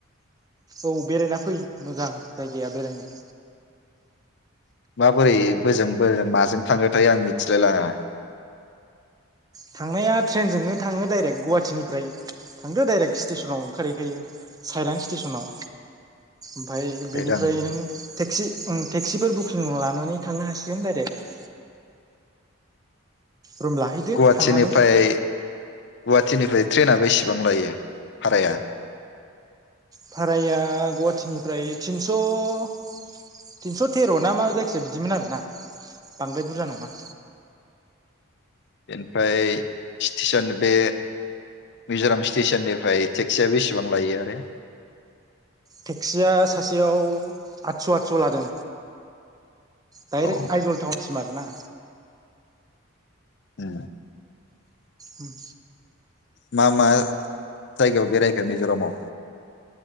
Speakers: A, on the right; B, on the left.
A: औ बेरायना फै मोजां जायगाया बेरायनो।
B: माबोरै बोजों बोजों माजों थाङोथाय आं मिथिलाय लाङा।
A: थांनाया ट्रेनजोंनो थाङो डाइरेक्ट गहाटिनिफ्राय थांदो डाइरेक्ट स्टेसनाव ओंखारहैखायो साइलां स्टेसनाव। ओमफाय बेनिफ्राय
B: आं
A: नों टेक टेक्सि टेक्सिफोर बुकिं लानानै थांनो हासिगोन डाइरेक्ट रुम लाहैदो
B: गुहाथिनिफ्राय
A: थांनानै
B: गुवाहाटिनिफ्राय ट्रेनआबो इसेबां लायो भाराया
A: भाराया गुवाहाटिनिफ्रायिनस' तिनस' थेर' ना मा जायखिजाया बिदिमोन आरोना बांद्राय बुरजा नङा।
B: बेनिफ्राय स्टेसन बे मिज'राम स्टेसननिफ्राय टेक्सिया बेसेबां लायो आरो।
A: टेक्सिया सासेयाव आतस' आतस' लादों। दाइरेक्ट
B: औ
A: आइजल थाउन सिम आरो ना?
B: ए
A: उम
B: मा मा जायगायाव बेरायखो मिज'रामाव?